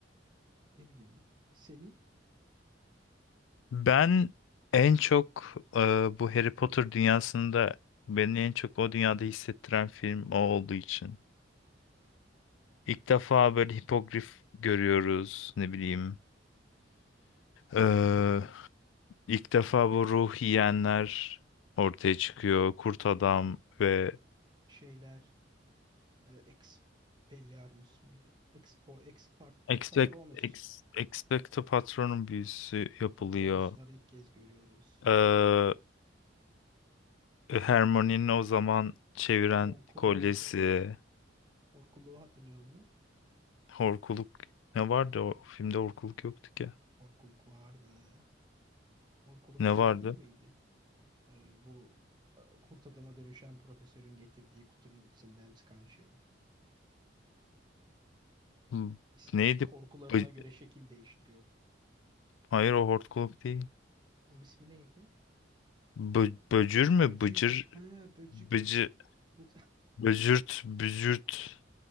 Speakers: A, on the right; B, on the left.
A: ne bileyim, senin
B: Ben en çok e, bu Harry Potter dünyasında beni en çok o dünyada hissettiren film o olduğu için. İlk defa böyle hipogrif görüyoruz ne bileyim.
A: Kurt
B: Ee,
A: Adam
B: ilk defa bu ruh yiyenler ortaya çıkıyor. Kurt adam ve
A: şeyler e, Expelliarmus muydu? Expo, Expart,
B: Expect,
A: Patronus.
B: ex, Expecto Patronum büyüsü yapılıyor.
A: Patronusları ilk kez görüyoruz.
B: Ee, Hermione'nin o zaman çeviren
A: Horkuluk.
B: kolyesi.
A: Horkuluğu hatırlıyor musun?
B: Horkuluk ne vardı? O filmde horkuluk yoktu ki.
A: Horkuluk vardı. Horkuluk şey
B: Ne vardı?
A: değil miydi? E, bu e, kurt adama dönüşen profesörün getirdiği kutunun içinden çıkan şey.
B: Hmm,
A: İs-
B: Neydi?
A: Korkularına
B: Bı-
A: göre şekil değiştiriyordu.
B: Hayır o horkuluk değil.
A: Onun ismi neydi?
B: Bı- böcür mü?
A: Böcük.
B: Bıcır.
A: Ha böcük.
B: Bıcı.
A: Bu,
B: Böcürt, bücürt